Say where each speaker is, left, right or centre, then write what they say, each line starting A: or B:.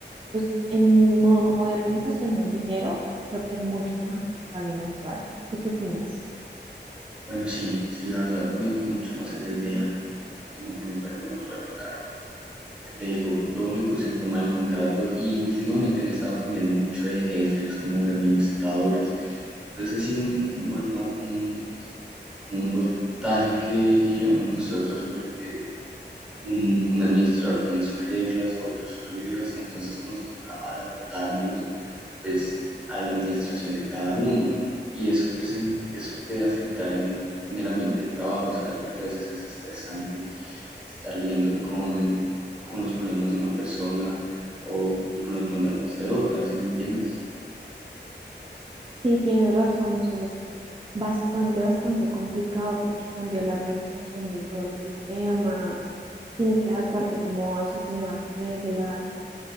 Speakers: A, on the right; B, in the centre.
A: Entonces, en modo como de organización del dinero, creo que es mucho mejor que te paguen mensual. ¿Tú qué opinas?
B: Bueno, sí, sí, la verdad me gusta mucho más esa idea, en que me pague mensual, claro. Lo que te digo, lo único es el tema del contrato y últimamente han estado cambiando mucho de jefes, como de administradores. Entonces así un, un vol- no, un- como un voltaje que, que llevamos nosotros porque un, un administrador tiene sus reglas, otros sus reglas, entonces nos toca adaptarnos pues a la administración de cada uno. Y eso pues en- eso puede afectar en, en el ambiente de trabajo, ¿sabes? Porque a veces es estresante estar lidiando con, con los problemas de una persona o, y con los mandatos de otra, ¿sí me entiendes?
A: Sí, tienes razón, eso es bastante, bastante complicado porque cambia la organización de todo el sistema, tienes que adecuarte como a sus nuevas reglas,